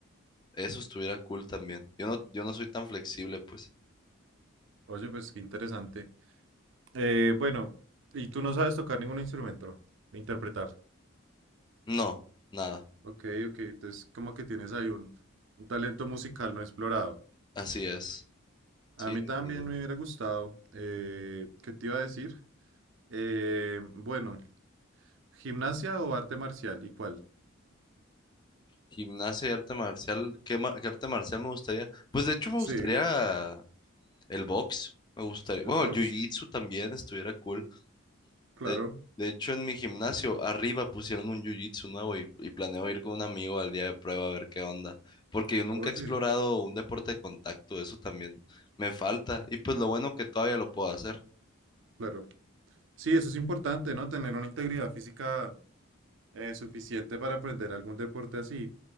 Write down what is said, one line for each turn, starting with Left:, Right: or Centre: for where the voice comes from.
Left: eso estuviera cool también. Yo no, yo no soy tan flexible, pues.
Right: Oye, pues qué interesante. Eh, bueno, y tú no sabes tocar ningún instrumento, interpretar.
Left: No, nada.
Right: Ok, ok, entonces como que tienes ahí un, un talento musical no explorado.
Left: Así es.
Right: A
Left: Sí,
Right: mí también
Left: ni idea.
Right: me hubiera gustado. Eh, ¿qué te iba a decir? Eh, bueno, ¿gimnasia o arte marcial? ¿Y cuál?
Left: Gimnasia y arte marcial. ¿Qué, ma- qué arte marcial me gustaría? Pues de hecho me gustaría
Right: Sí,
Left: el box. Me gustaría.
Right: el
Left: Bueno,
Right: box,
Left: el jiu-jitsu también estuviera cool.
Right: claro.
Left: De, de hecho, en mi gimnasio arriba pusieron un jiu-jitsu nuevo y, y planeo ir con un amigo al día de prueba a ver qué onda. Porque yo nunca
Right: Oye,
Left: he explorado un deporte de contacto. Eso también me falta. Y pues lo bueno que todavía lo puedo hacer.
Right: claro. Sí, eso es importante, ¿no? Tener una integridad física eh, suficiente para aprender algún deporte así.